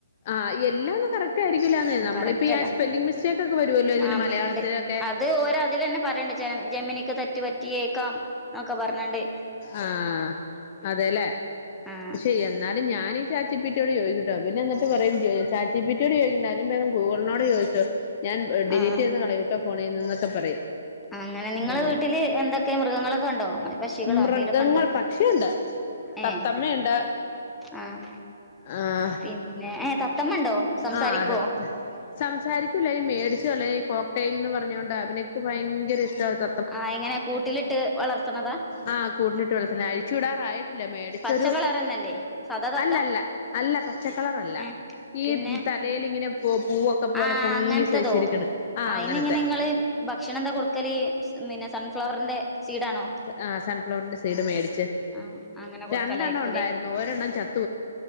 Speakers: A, on the left (about 40°); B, in the centre.
A: ആഹ് എല്ലാം ഒന്ന് കറക്റ്റ് ആയിരിക്കൂല്ലാന്നേ നമ്മളിപ്പ
B: കറക്റ്റ്
A: ഈ
B: അല്ല
A: സ്പെല്ലിംഗ് മിസ്റ്റേക്ക് ഒക്കെ വരുമല്ലോ ഇതിന്
B: ആമിണ്ട്
A: മലയാളത്തിലൊക്കെ,,
B: അത് ഓരോ അതില തന്നെ പറഞ്ഞണ്ട് ചില ജെമിനിക്ക് തറ്റി പറ്റിയേക്കാം എന്നൊക്കെ പറഞ്ഞിണ്ട്.
A: ആഹ് അതെല്ലേ
B: ആഹ്
A: പക്ഷേ എന്നാലും ഞാനീ ചാറ്റ് ജി പി റ്റിയോട് ചോദിക്കൂട്ടോ പിന്ന എന്നിട്ട് പറയും ചാറ്റ് ജി പി റ്റിയോട് ചോദിക്കണ്ട അതിലും ഭേദം ഗൂഗിളിനോട് ചോ,, ഞാൻ ഡിലീറ്റ്
B: ആഹ്
A: ചെയ്ത് കളയൂട്ടോ ഫോണിൽ നിന്നൊക്കെ പറയും.
B: അങ്ങനെ നിങ്ങള്
A: ഏഹ്
B: വീട്ടില് എന്തൊക്കെ മൃഗങ്ങളൊക്കെ ഉണ്ടോ? വക്ഷികളോ
A: മൃഗങ്ങൾ
B: എന്തെങ്കിലുമൊക്കെ ഉണ്ടോ
A: പക്ഷിയുണ്ട്
B: ഏ.
A: തത്തമ്മയുണ്ട്
B: ആഹ്
A: ആഹ്
B: പിന്നെ ഏ തത്തമ്മണ്ടോ സംസാരിക്കുവോ?
A: ആഹ് തത്ത സംസാരിക്കൂല്ല ഈ മേടിച്ചുല്ലേ ഈ കോക്ടൈൽ എന്ന് പറഞ്ഞ കൊണ്ട് അഭിനയ്ക്ക് ഭയങ്കര ഇഷ്ടമാ അത്
B: ആഹ് എങ്ങനെയാ കൂട്ടിലിട്ട് വളർത്തുന്നതാ?
A: ആഹ് കൂട്ടിലിട്ട് വളർത്തന അഴിച്ചു വിടറായി,, ല്ല മേടിച്ചൊരു
B: പച്ച കളറന്നല്ലേ സാദാ തത്ത
A: അല്ല അല്ല അല്ല പച്ചക്കളർ അല്ല.
B: ഏഹ്
A: ഈ
B: പിന്നെ
A: തലയിൽ ഇങ്ങനെ പൂവൊക്കെ പോലെ
B: ആഹ്
A: പൊങ്ങിസൈസിരിക്കിണ്
B: അങ്ങനത്തതോ
A: ആഹ്
B: അയിന്
A: അങ്ങനത്തെ.
B: ഇങ്ങനെ നിങ്ങള് ഭക്ഷണം എന്താ കൊടുക്കല് പിന്നെ സൺഫ്ലവറിന്റെ സീഡാണോ?
A: ആ സൺഫ്ലവറിന്റെ സീഡ് മേടിച്ച്
B: ആഹ് അങ്ങനെ കൊടുക്കലായിരിക്കൂല്ലേ
A: രണ്ടെണ്ണം ഉണ്ടായിരുന്നു ഒരെണ്ണം ചത്ത,